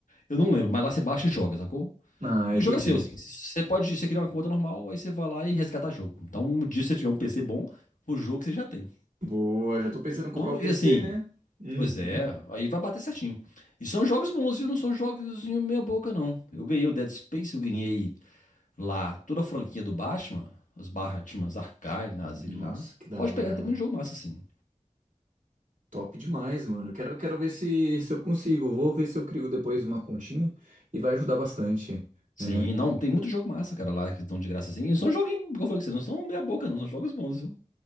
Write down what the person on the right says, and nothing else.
ah,
entendi.
Boa, já tô pensando
em comprar o PC,
né? Uhum.
Nossa,
que da
hora,
mano.
Top demais, mano. Quero, quero ver se, se eu consigo. Vou ver se eu crio depois uma continha e vai ajudar bastante,
né?